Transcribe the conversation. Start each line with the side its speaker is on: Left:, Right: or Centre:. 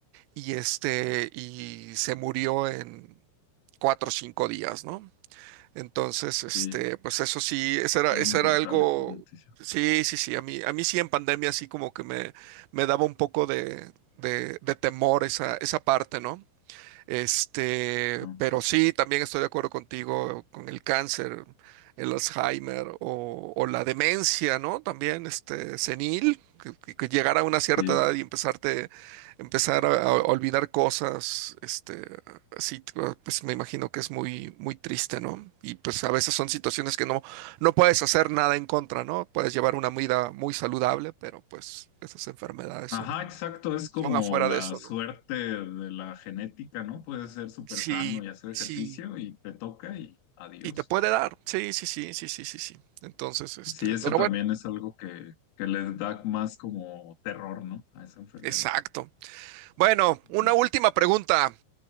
Right: y, este, y se murió en cuatro o cinco días, ¿no? Entonces, este,
Left: Sí,
Right: pues eso sí, eso era,
Left: fueron
Right: eso
Left: brutales
Right: era algo,
Left: esas noticias.
Right: sí, sí, sí, a mí, a mí sí en pandemia sí como que me, me daba un poco de, de, de temor esa, esa parte, ¿no? Este,
Left: Ajá,
Right: pero sí, también estoy de acuerdo contigo con el cáncer, el Alzheimer o, o la demencia, ¿no? También, este, senil, que, que- que llegar a una cierta
Left: sí.
Right: edad y empezarte, empezar a, a olvidar cosas, este, así, ah, pues me imagino que es muy, muy triste, ¿no? Y pues a veces son situaciones que no, no puedes hacer nada en contra, ¿no? Puedes llevar una vida muy saludable, pero pues esas enfermedades
Left: Ajá,
Right: son,
Left: exacto, es como
Right: son afuera
Left: la
Right: de eso,
Left: suerte
Right: ¿no?
Left: de la genética, ¿no? Puedes ser súper
Right: Sí,
Left: sano y hacer ejercicio
Right: sí.
Left: y te toca y adiós.
Right: Y te puede dar. Sí, sí, sí, sí, sí, sí, sí. Entonces, este,
Left: Sí, eso
Right: pero
Left: también
Right: bueno,
Left: es algo que, que les da más como terror, ¿no? A esa enfermedad.
Right: exacto. Bueno,
Left: Ujú.
Right: una última pregunta.